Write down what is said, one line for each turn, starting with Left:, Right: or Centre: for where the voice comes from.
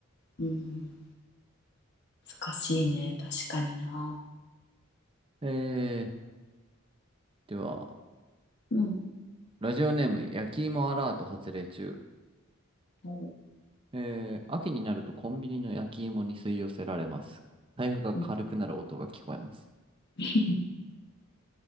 Left: うん。難しいね。確かにな。
Right: う。えー、では、
Left: うん。
Right: ラジオネーム、焼き芋アラート発令中。
Left: うん
Right: えー、秋になるとコンビニの焼き芋に吸い寄せられます。財布が軽くなる音が聞こえます。
Left: うん <laughs>